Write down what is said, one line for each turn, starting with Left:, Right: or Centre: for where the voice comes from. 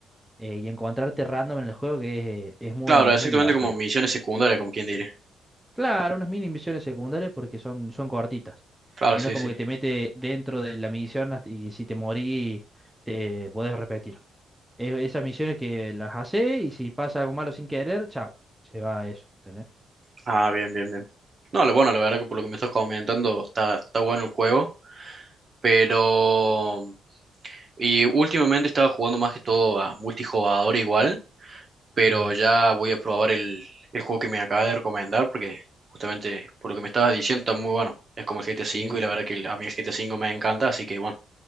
Centre: eh, y encontrarte random en el juego que es, eh, es muy,
Right: Claro,
Centre: es
Right: exactamente
Centre: muy divertido.
Right: como misiones secundarias, como quien diría.
Centre: Claro, unas mini misiones secundarias porque son, son cortitas.
Right: Claro,
Centre: Y
Right: sí,
Centre: no es como
Right: sí.
Centre: que te mete dentro de la misión hasta- y si te morís te podés repetir. E- esas misiones que las hace y si pasa algo malo sin querer, chao, se va a eso, ¿entendés?
Right: Ah, bien, bien, bien. No, lo bueno, la verdad que por lo que me estás comentando, está, está bueno el juego. Pero... Y últimamente estaba jugando más que todo a multijugador igual, pero
Centre: Sí,
Right: ya voy a probar el, el juego que me acaba de recomendar porque justamente por lo que me estabas diciendo está muy bueno. Es como el GTA
Centre: sí,
Right: V y
Centre: sí.
Right: la verdad que el- a mí el GTA V me encanta, así que bueno,